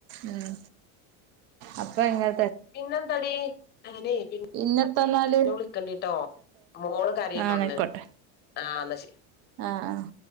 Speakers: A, on the right; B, on the left.
A: ഉം അപ്പൊ ഭയങ്കര
B: പിന്നെന്തടി അന പിന്ന
A: ഇന്നെത്തെന്നാല്
B: വിളിക്കണ്ടിട്ടോ മോള് കറീന്റെ
A: ആഹ്
B: ഒണ്ണ്
A: ന്നാ ആയിക്കോട്ടെ
B: ആഹ് എന്നാ ശ
A: ആഹ് ആഹ്